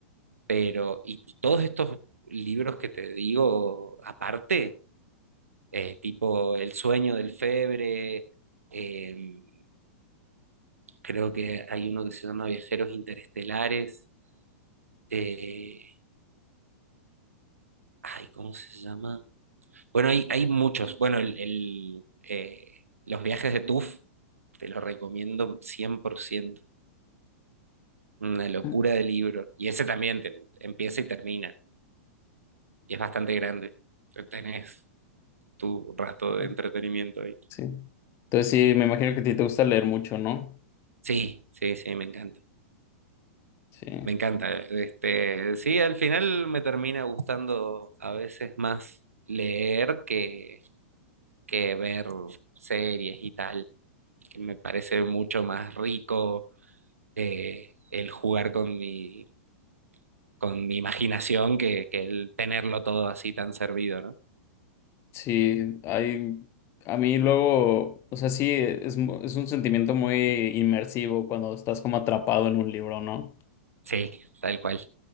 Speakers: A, on the right; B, on the left.
A: Pero, y, y todos estos libros que te digo aparte, eh, tipo El sueño del Febre, eh, creo que hay uno que se llama Viajeros Interestelares, eh, ay, ¿cómo se llama? Bueno, hay, hay muchos. Bueno, el, el, eh, los viajes de TUF te los recomiendo cien por ciento Una locura
B: <laughs> Mm,
A: de libro. Y ese también te- empieza y termina. Y es bastante grande. Tenés tu rato
B: bueno,
A: de entretenimiento ahí.
B: Sí. Entonces sí, me imagino que a ti te gusta leer mucho, ¿no?
A: Sí, sí, sí, me encanta.
B: Sí.
A: Me encanta. Este, sí, al final me termina gustando a veces más leer que, que ver series y tal, que me parece mucho más rico eh, el jugar con mi, con mi imaginación que, que el tenerlo todo así tan servido, ¿no?
B: Sí, hay, a mí luego, o sea, sí, es, mu- es un sentimiento muy inmersivo cuando estás como atrapado en un libro, ¿no?
A: Sí, tal cual.